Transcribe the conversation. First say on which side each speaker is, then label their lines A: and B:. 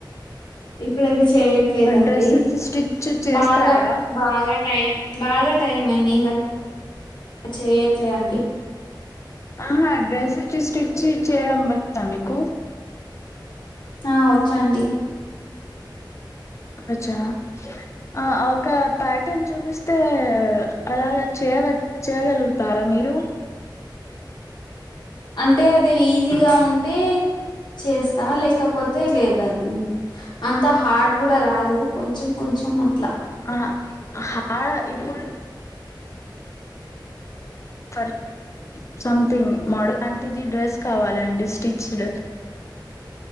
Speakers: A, on the left (about 65°); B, on the left (about 35°).
A: ఇప్పుడు ఐతే చెయట్లేదండి
B: డ్రెస్సెస్ స్టిచ్ చేస్తారా
A: బాగా బాగా టై బాగా టైం అయింది ఇంకా చెయట్లే అండి
B: ఆహా డ్రెస్ వచ్చి స్టిచ్చి చేయడం వచ్చా మీకు
A: ఆ వచ్చండి
B: అచ్చా ఆ ఒక ప్యాటర్న్ చూపిస్తే అలాగా చేయవచ్ చేయగలుగుతారా మీరు
A: అంటే అది ఈజీగా ఉంటే చేస్తా లేకపోతే లేదుా అది అంత హార్ట్ గూడా రాదు కొంచెం కొంచెం అట్లా
B: ఆ హా ఇప్పు ఫ సంథింగ్ మోడల్ లాంటిది డ్రెస్ కావాలండి స్టిచ్డ్